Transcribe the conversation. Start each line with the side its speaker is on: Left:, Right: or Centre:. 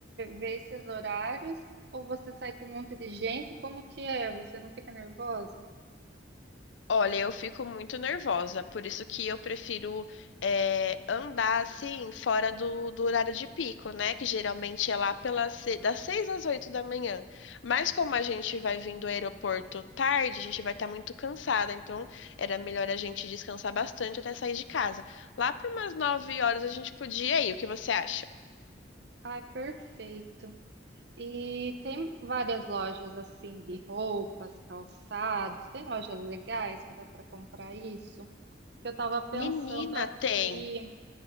Right: vê esses horários ou você sai com um monte de gente? Como que é? Você não fica nervosa?
Left: Olha, eu fico muito nervosa, por isso que eu prefiro eh, andar assim fora do, do horário de pico, né? Que geralmente é lá pelas se- das seis às oito da manhã. Mas como a gente vai vindo do aeroporto tarde, a gente vai estar muito cansada, então era melhor a gente descansar bastante até sair de casa. Lá para umas nove horas a gente podia ir, o que você acha?
Right: Ai, perfeito. E tem várias lojas assim de roupas, calçados. Tem lojas legais que dá para comprar isso. Eu estava pensando
Left: Menina,
Right: aqui,
Left: tem.